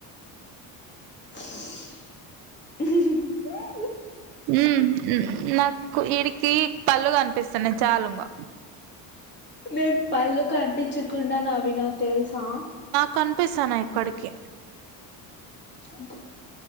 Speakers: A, on the left; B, on the right.
A: <inaudible> <inaudible>
B: ఊ నాకు వీడికి పళ్ళుగనిపిస్తున్నాయి చాలిగా
A: నేన్ పల్లుకని ప్పించ్చకుండా నవ్విన తెలుసా
B: కనిపిస్తానాయి ఇక్కడికి
A: అంతే